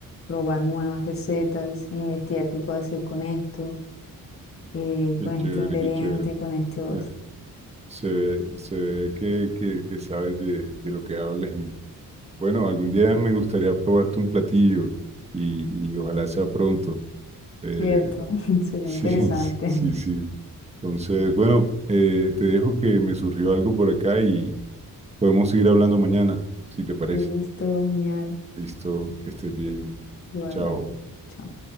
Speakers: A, on the left; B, on the right.
A: probar nuevas recetas, investigar qué puedo hacer con esto, eh,
B: Qué
A: con este
B: chévere,
A: ingrediente,
B: qué chévere.
A: con este otro.
B: Me- Se ve, se ve que, que, que sabes de, de lo que hablas y bueno, algún día me gustaría probarte un platillo y, y ojalá sea pronto. Eh,
A: Cierto, <laughs> sería
B: sí,
A: interesante.
B: <laughs> sí, sí. Entonces, bueno, eh, te dejo que me surgió algo por acá y podemos seguir hablando mañana, si te parece.
A: <laughs> Listo, genial.
B: Listo, que estés bien.
A: Igual,
B: Chao.
A: bye. Chao.